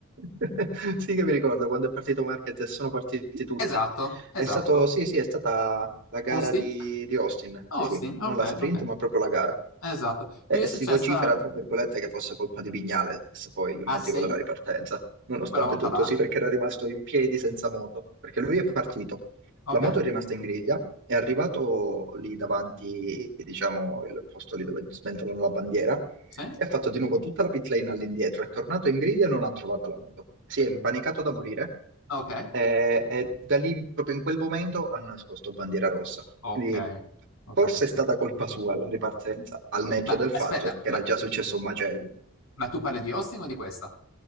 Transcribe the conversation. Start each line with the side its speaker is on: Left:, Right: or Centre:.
Right: <laughs> Sì che mi ricordo quando è partito Marquez e sono partiti tutti.
Left: Esatto, esatto.
Right: È stato, sì, sì, è stata la gara
Left: Austin?
Right: di, di Austin,
Left: Austin,
Right: sì, sì,
Left: ok,
Right: non la sprint,
Left: ok.
Right: ma proprio la gara.
Left: Esatto. Qui
Right: E
Left: è successa
Right: si vocifera, tra virgolette, che fosse colpa di Vignales, poi il
Left: ah
Right: motivo
Left: sì?
Right: della ripartenza, nonostante
Left: Quella volta
Right: tutto,
Left: là?
Right: sì, perché era rimasto in piedi senza moto, perché lui è partito,
Left: Okay.
Right: la moto è rimasta in griglia, è arrivato lì davanti, diciamo, il posto lì dove sventolano la bandiera,
Left: Sì?
Right: e ha fatto di nuovo tutta la pit lane all'indietro. È tornato in griglia e non ha trovato la moto. Si è impanicato da morire
Left: Okay,
Right: eh, e da lì, proprio in quel momento, hanno esposto bandiera rossa.
Left: okay,
Right: Quindi
Left: ho
Right: forse
Left: capito.
Right: è stata colpa sua la ripartenza, al netto
Left: Ma
Right: del
Left: aspetta,
Right: fatto che
Left: ma
Right: era già successo un macello.
Left: ma tu parli di hosting o di questa?